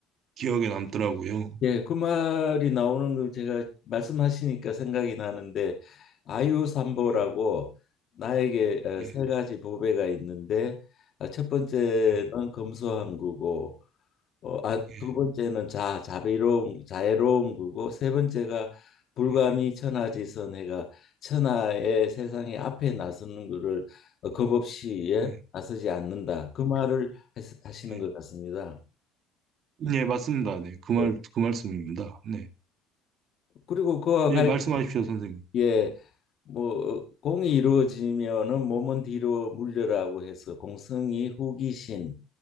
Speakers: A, on the right; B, on the left.
A: 기억에 남더라고요.
B: 예, 그 말이 나오는 거 제가 말씀하시니까 생각이 나는데 아유삼보라고
A: 예,
B: 나에게 어,
A: 예,
B: 세 가지 보배가 있는데 아, 첫 번째는
A: 예,
B: 검소한 구고 어, 아,
A: 예,
B: 두 번째는 자 자비로운 자애로운 구고 세 번째가 불감이
A: 예,
B: 천하지선 해가 천하의 세상의 앞에 나서는 거를 어, 겁없이 예,
A: 예,
B: 나서지 않는다 그 말을 하시- 하시는
A: 예.
B: 것 같습니다.
A: 예, 맞습니다. 네, 그 말,
B: 예.
A: 그 말씀입니다. 네,
B: 그리고 그와
A: 예,
B: 관련
A: 말씀하십시오, 선생님.
B: 예, 뭐 공이 이루어지면은 몸은 뒤로 물려라고 해서 공성이 후기신,